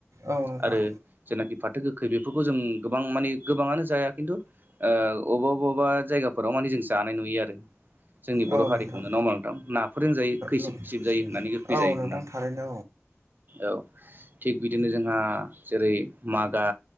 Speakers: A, on the right; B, on the right.
A: औ नोंथां
B: आरो जेनाखि फाथो गोखै बेफोरखौ जों गोबां माने गोबाङानो जाया खिन्थु ओ अबावबा बबावबा जायगाफोराव माने जों जानाय नुयो आरो जोंनि
A: औ
B: बर' हारिखौनो
A: नोंथां
B: नङा होमबा नोंथां नाफोरजों जायो खैसोब
A: नों
B: खैसोब जायो होननानै गोखै
A: औ
B: जायो
A: नोंथां
B: होननानै
A: थारैनो
B: औ थिग बिदिनो जोंहा जेरै मादा